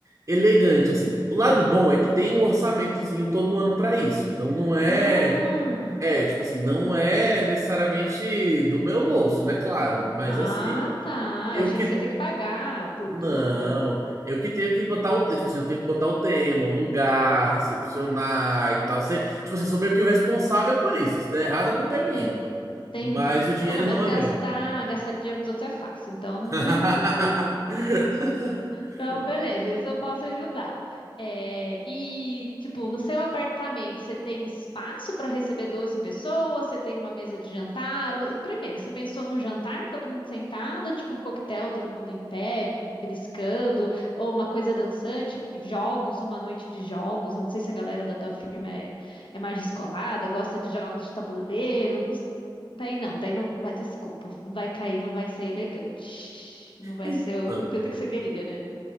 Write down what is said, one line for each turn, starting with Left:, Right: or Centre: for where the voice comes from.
Right: elegante, assim. O lado bom é
Left: Uhum.
Right: que tem um orçamentozinho todo ano para isso, então não é
Left: Ah,
Right: É, tipo assim, não é necessariamente do meu bolso, né? Claro, mas
Left: ah,
Right: assim,
Left: tá.
Right: eu
Left: Eu achei
Right: que.
Left: que você ia ter que pagar por
Right: Não,
Left: tudo.
Right: eu que tenho que botar o. Tipo assim, eu tenho que botar o tema, o lugar, recepcionar e tal. Sei, tipo assim, eu sou meio que o responsável por isso. Se der errado, a culpa é minha.
Left: Entendi. Entendi.
Right: Mas o dinheiro
Left: Ah, não, mas
Right: não
Left: gastar,
Right: é meu.
Left: gastar dinheiro dos outros é fácil. Então,
Right: <laughs>
Left: <laughs> Então, beleza, isso eu posso ajudar. É, e, tipo, no seu apartamento, você tem espaço para receber 12 pessoas? Você tem uma mesa de jantar? Ou- Primeiro, você pensou num jantar, todo mundo sentado, tipo um coquetel, todo mundo em pé, beliscando, ou uma coisa dançante, jogos, uma noite de jogos. Eu Não sei se a galera da tua firma é, é mais descolada, gosta de jogos de tabuleiro. não s- Daí não, daí não vai, desculpa, vai cair, não vai ser elegante. Não vai
Right: Então,
Left: ser o intuito que você queria, né?